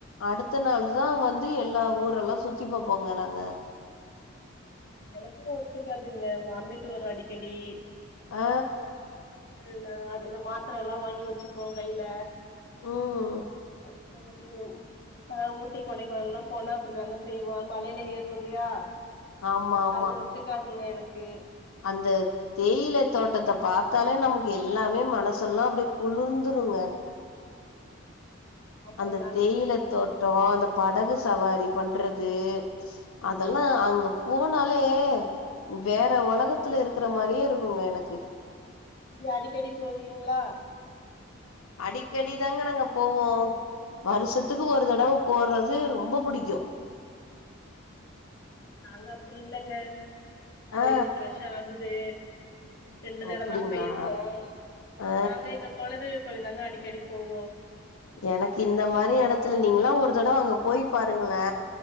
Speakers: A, on the left; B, on the left.
A: அடுத்த நாள் தா வந்து எல்லா ஊரெல்லா சுத்தி பாப்போங்க நாங்க
B: எனக்கு ஒத்துக்காதுங்க வாமிட்டு வரு அடிக்கடி
A: ஆ
B: ங்க அதுல மாத்துர எல்லா வாங்கி வச்சுப்போ கையில
A: ம்
B: அ ம் ஆனா ஊட்டி கொடைக்கானலெல்லா போனா அப்டித்தாங்க செய்வோ மழையில ஏறணு இல்லையா
A: ஆமா ஆமா
B: அது ஒத்துக்காதுங்க எனக்கு
A: அந்த தேயில தோட்டத்த பாத்தாலே நமக்கு எல்லாமே மனசெல்லாம் அப்டியே குளுந்துருங்க
B: ஆமாங்க
A: அந்த
B: அங்க
A: தேயில தோட் டோ அந்த படகு சவாரி பண்றது அதெல்லா அங்கப் போனாலே வேற ஒலகத்துல இருக்குற மாரியே இருக்குங்க எனக்கு
B: நீங்க அடிக்கடி போவீங்ளா
A: அடிக்கடி தாங்க நாங்க போவோ வருஷத்துக்கு ஒரு தடவ போறது ரொம்ப புடிக்கு
B: ம் நாங்க அப்டி இல்லங்க போயி
A: ஆ
B: ரெண்டு வருஷோ ஆகுது ரெண்டு தடவ
A: அப்டிங்களா
B: தா போயிருக்கோ
A: ஆ
B: நாங்க இங்க கொலதெய்வ கோயில் தாங்க அடிக்கடி போவோ
A: எனக்கு இந்த மாரி எடத்துல
B: அப்புறோ
A: நீங்கல்லா ஒரு தடவ அங்க போயி் பாருங்களே